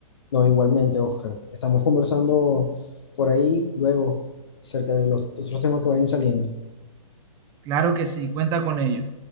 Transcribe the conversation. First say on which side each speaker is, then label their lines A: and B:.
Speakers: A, on the left (about 50°); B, on the right (about 15°).
A: No, igualmente, Oscar. Estamos conversando por ahí luego acerca de los otros temas que vayan saliendo.
B: Claro que sí, cuenta con ello.